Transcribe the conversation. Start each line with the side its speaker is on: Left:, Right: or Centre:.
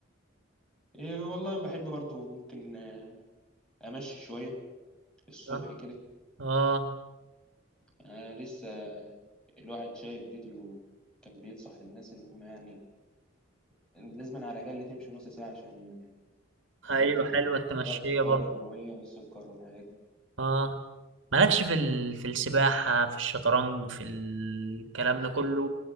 Centre: إيه والله بحب برضو ممكن آه، امشي شويه الصبح
Right: اه
Centre: كده
Right: اه
Centre: يعني انا لسه الواحد شايف فيديو كان بينصح الناس ان هم يعني لازم على الأقل تمشي نص ساعة عشان تظبط
Right: ايوه
Centre: الضغط
Right: حلوة التمشية
Centre: والدورة
Right: برضو
Centre: الدموية والسكر والحاجات دي
Right: اه مالكش في ال... في السباحة في الشطرنج في الكلام ده كله